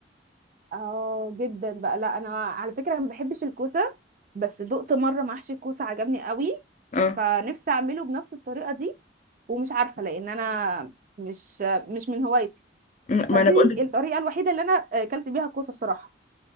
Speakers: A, on the right; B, on the left.
A: اه جدا بقى لا انا على فكره انا ما بحبش الكوسه بس دقت مره محشي الكوسه عجبني قوي
B: اه
A: فنفسي اعمله بنفس الطريقه دي ومش عارفه لان انا مش مش من هوايتي
B: ما
A: فدي
B: أنا بقولك
A: الطريقه الوحيده اللي انا اكلت بيها الكوسه الصراحه